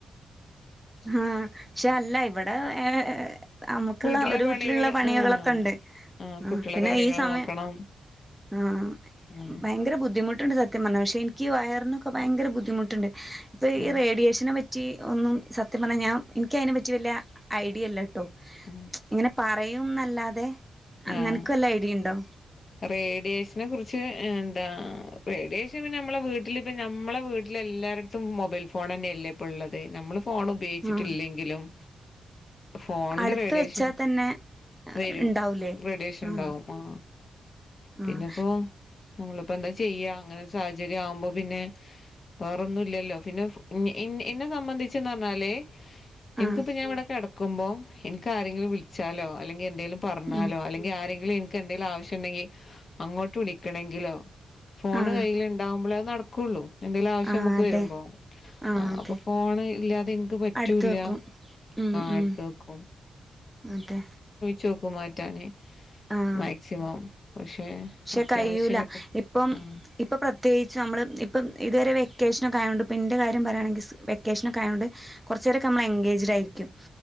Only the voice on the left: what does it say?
വീട്ടിലെ
പണികള്
ആഹ് ആഹ് കുട്ടികളെ
കാര്യങ്ങൾ
നോക്കണം
ആഹ്
ആഹ്
ആഹ്
ആഹ്
റേഡിയേഷനെ കുറിച്ച് എന്താ റേഡിയേഷൻ പിന്നെ നമ്മളെ വീട്ടിലിപ്പ ഞമ്മളെ വീട്ടില് എല്ലാവരു മൊബൈൽ ഫോൺ തന്നെയല്ലേ ഇപ്പോൾ ഉള്ളത് നമ്മൾ ഫോൺ ഉപയോഗിച്ചിട്ടില്ലെങ്കിലും
ഫോണിന്റെ
റേഡിയേഷൻ
വരും
റേഡിയേഷൻ
ഇണ്ടാവും ആ പിന്നെപ്പോ
നമ്മളിപ്പോ എന്താ ചെയ്യാ അങ്ങനെ സാഹചര്യം ആവുമ്പോ പിന്നെ വേറൊന്നൂല്ലല്ലോ പിന്നെ എന്നെ സംബന്ധിച്ചെന്ന് പറഞ്ഞാല് എനിക്കിപ്പ
ഞാൻവിടെക്കെ കെടക്കുമ്പോ എൻക്ക് ആരെങ്കിലും വിളിച്ചാലോ അല്ലെങ്കിൽ എന്തെങ്കിലും പറഞ്ഞാലോ
അല്ലെങ്കിൽ ആരെങ്കിലും എനിക്ക് എന്തേലും ആവശ്യണ്ടെങ്കിൽ അങ്ങോട്ട് വിളിക്കണെങ്കിലോ ഫോണ്
കയ്യില് ഇണ്ടാവകുമ്പോളേ അത് നടക്കുള്ളൂ എന്തേലും ആവശ്യം
നമുക്ക്
വരുമ്പോ
ആ
അപ്പൊ ഫോണ് ഇല്ലാതെ എനിക്ക് പറ്റൂല്ല
ആഹ്
അടുത്ത് വെക്കും
ചോപ്പു മാറ്റാന്
മാക്സിമം പക്ഷെ
അത്യാവശ്യ
ഘട്ട
ആഹ്